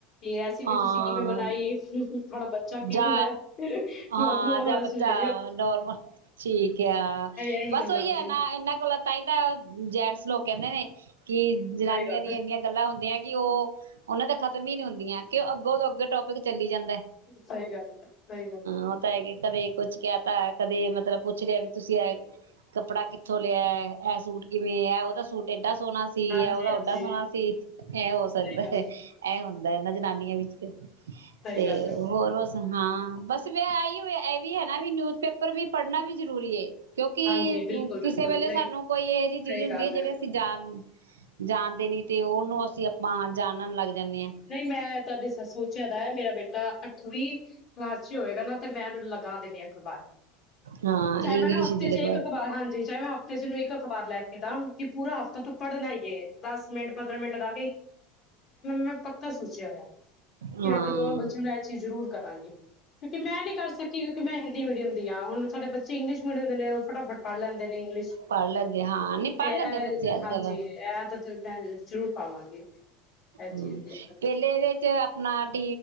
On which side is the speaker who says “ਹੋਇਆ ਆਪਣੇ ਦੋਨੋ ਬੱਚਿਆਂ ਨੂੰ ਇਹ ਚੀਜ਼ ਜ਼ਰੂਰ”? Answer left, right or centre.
Left